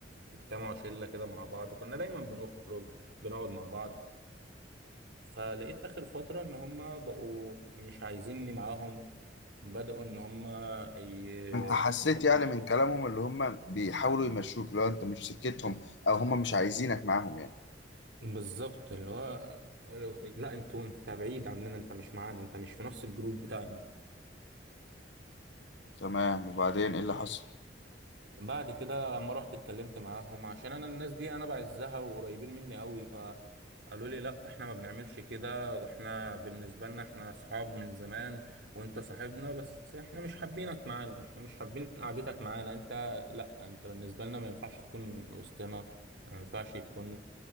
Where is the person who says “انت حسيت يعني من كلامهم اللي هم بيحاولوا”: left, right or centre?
Left